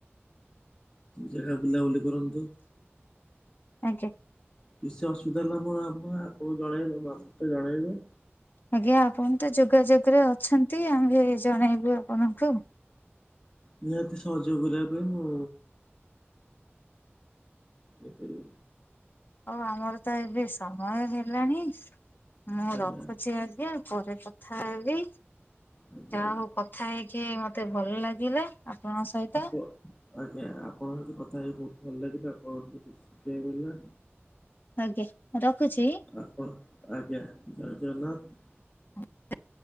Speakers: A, on the left; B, on the left.
A: ଜାଗା ବୁଲାବୁଲି କରନ୍ତୁ।
B: ଆଜ୍ଞା।
A: କିଛି ଅସୁବିଧା ହେଲା ମୁଁ ଆ ଆପଣଙ୍କୁ ଜଣେଇବି, ଜଣେଇବି।
B: ଆଜ୍ଞା ଆପଣ ତ ଯୋଗାଯୋଗରେ ଅଛନ୍ତି ଆମେ ଜଣେଇବୁ ଆପଣଙ୍କୁ।
A: ନିହାତି ସହଯୋଗ କରିବା ପାଇଁ ମୁଁ ହେ ଦେ।
B: ହଉ ଆମର ତ ଏବେ ସମୟ ହେଲାଣି ମୁଁ
A: ଆଜ୍ଞା
B: ରଖୁଛି ଆଜ୍ଞା। ପରେ କଥା ହେବି
A: ଆଜ୍ଞା
B: ଯାହା
A: ଆଜ୍ଞା।
B: ହଉ କଥା ହେଇକି ମତେ ଭଲ ଲାଗିଲା। ଆପଣଙ୍କ ସହିତ।
A: ଆପ ଆଜ୍ଞା ଆପଣଙ୍କ ସହିତ କଥା ହେଇି ବହୁତ ଭଲ ଲାଗିଲା ଆପଣଙ୍କ ଟ କିଛି ଶିଖେଇିବାକୁ ମିଳିଲା।
B: ଆଜ୍ଞା, ରଖୁଛି?
A: ଆପ ଆଜ୍ଞା ଜୟ ଜଗନ୍ନାଥ।
B: ହଁ।